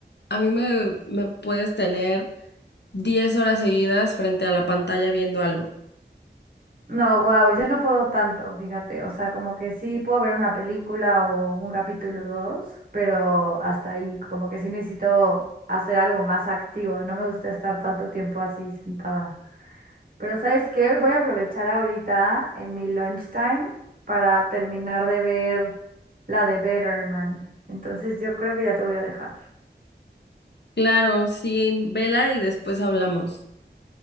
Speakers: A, on the left; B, on the right.
A: a mí me, me puedes tener 10 horas seguidas frente a la pantalla viendo algo.
B: No, wow, yo no puedo tanto, fíjate. O sea, como que sí puedo ver una película o un capítulo dos, pero hasta ahí, como que sí necesito hacer algo más activo. No me gusta estar tanto tiempo así sentada. Pero ¿sabes qué? Voy a aprovechar ahorita en mi lunchtime para terminar de ver la de Better Man. Entonces yo creo que ya te voy a dejar.
A: Claro, sí, vela y después hablamos.